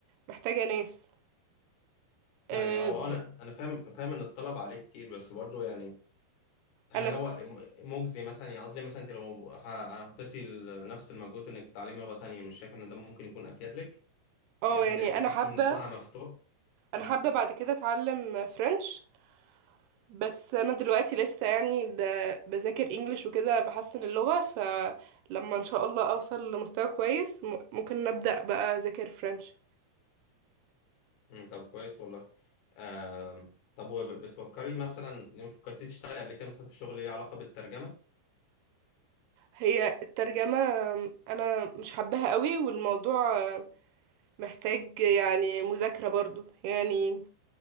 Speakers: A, on the right; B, on the left.
A: محتاجة ناس
B: يعني
A: أه،
B: او
A: ب-
B: انا انا فاهم فاهم ان الطلب عليه كتير بس برضه يعني هل
A: انا ف-
B: هو م- مجزي مثلا يعني قصدي مثلا انت لو ه- حطيتي ال- نفس المجهود انك تتعلمي لغة تانية مش شايف ان ده ممكن يكون افيد لك
A: اه
B: بحيث
A: يعني
B: ان لسه
A: انا حابة
B: يكون سوقها مفتوح
A: انا
B: امم
A: حابة بعد كده اتعلم فرنش بس انا دلوقتي لسه يعني ب- بذاكر انجليش وكده بحسن اللغة فلما ان شاء الله اوصل لمستوى كويس م- ممكن نبدأ بقى اذاكر فرنش
B: امم طب كويس والله آه طب وبتفكري مثلا لما فكرتي تشتغلي قبل كده مثلا في شغل ليه علاقة بالترجمة
A: هي الترجمة انا مش حباها قوي والموضوع محتاج يعني مذاكرة برضو يعني